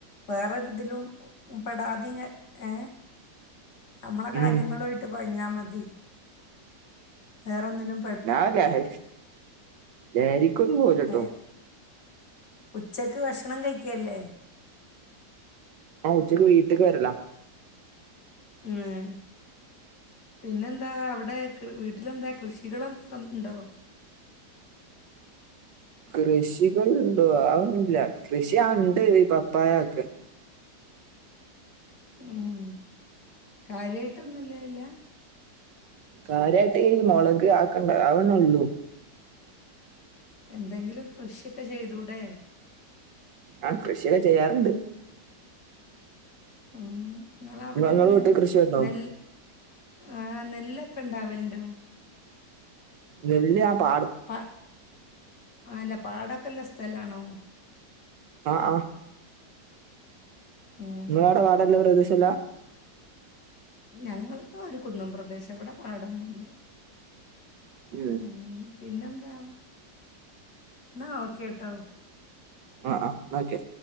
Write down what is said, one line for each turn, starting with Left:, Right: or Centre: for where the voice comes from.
Left: വേറെ ഒരുതി ലും പെടാതെ ഏ നമ്മളെ കാര്യങ്ങളുമായിട്ട്
Right: ഉം
Left: പറഞ്ഞാ മതി വേറെ ഒന്നിലും
Right: ഞാൻ ലഹരി ലഹരിക്കൊന്നും പോവില്ലാട്ടൊ
Left: ഏ ഉച്ചക്ക് ഭക്ഷണം കഴിക്കല്ലേ
Right: ആ ഉച്ചക്ക് വീട്ക്ക് വരല
Left: ഏഹ് പിന്നെന്താ അവിടെ കൃ വീട്ടിലെന്താ കൃഷികളൊക്കെ ഉണ്ടോ
Right: കൃഷികൾ എന്തുവാ അത് ഒന്നുല്ല കൃഷി ആ ഉണ്ട് ഈ പപ്പായ ഒക്കെ
Left: ഉം കാര്യയിട്ട് ഒന്നുള്ളഹ്‌ല്ലാ
Right: കാര്യായിട്ട് ഈ മോളക് അക്കെ അഹ്ന്നെ ഒള്ളു
Left: എന്തെങ്കിലും കൃഷിക്കെ ചെയ്തൂടെ?
Right: ആഹ് കൃഷിക്കെ ചെയ്യാറ്ണ്ട്
Left: ഉം ഇങ്ങളെ അവിടെ
Right: നിങ്ങ- നിങ്ങളെ
Left: എങ്ങനെ
Right: വീട്ടിൽ കൃഷി ഉണ്ടോ
Left: നെല്ല് ആഹ് നെല്ലേക്കെ ഇണ്ടാവൽണ്ടോ?
Right: നെല്ല് ആഹ് പാ
Left: പ അഹന്നെ പാടോക്കെ ഇല്ല സ്ഥലണോ?
Right: ആഹ് ആഹ്
Left: ഉം.
Right: ഇങ്ങളെ ഔടെ പാടല്ല പ്രേദേശം ഇല്ല?
Left: ഞങ്ങൾടെ ഒരു കുന്നം പ്രദേശം ഇവിടെ പാടൊന്നുല്ല
Right: <unintelligible>
Left: ഉം പിന്നെന്താ എന്നാ ഓക്കെട്ടോ
Right: ആഹ് ആഹ് ന്നാ ഓക്കേ